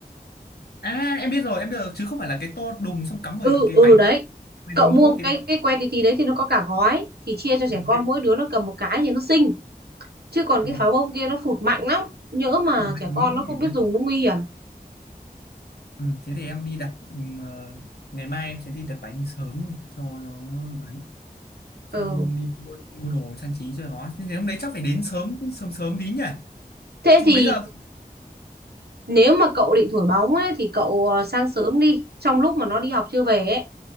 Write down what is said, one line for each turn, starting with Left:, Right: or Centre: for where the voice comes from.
Left: à em biết rồi em biết rồi chứ không phải là cái to đùng xong cắm vào
Right: ừ
Left: cái
Right: ừ
Left: bánh
Right: đấy
Left: mình
Right: cậu mua
Left: mua
Right: cái cái que tí tí đấy thì nó có cả gói thì chia cho trẻ con
Left: cái
Right: mỗi đứa nó cầm một cái thì nó xinh chứ còn
Left: đúng
Right: cái
Left: rồi
Right: pháo bông kia nó phụt mạnh lắm nhỡ mà
Left: hụt mạnh
Right: trẻ
Left: nguy
Right: con nó không
Left: hiểm
Right: biết
Left: đấy
Right: dùng nó nguy hiểm
Left: Ừ, thế thì em đi đặt ừm, ờ, ngày mai em sẽ đi đặt bánh sớm đi cho nó ấy xong
Right: ừ
Left: đi mua mua đồ trang trí cho nó thế hôm đấy chắc phải đến sớm sớm sớm tí nhỉ
Right: thế
Left: chị
Right: thì
Left: mấy giờ
Right: nếu mà cậu định thổi bóng ấy thì cậu ờ, sang sớm đi trong lúc mà nó đi học chưa về ấy